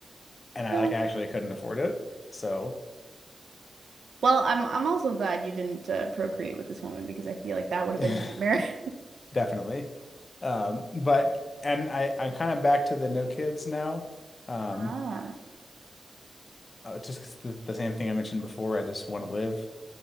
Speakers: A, on the left (about 40°); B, on the right (about 75°).
A: and I
B: No.
A: like actually couldn't afford it. So
B: Well, I'm I'm also glad you didn't uh, procreate with this woman because I feel like
A: <laughs>
B: that would have
A: <sighs>
B: been a nightmare. <laughs>
A: definitely. Um, but and I I'm kind of back to the no kids now. Um,
B: Ah,
A: uh, just 'cause the, the same thing I mentioned before. I just want to live.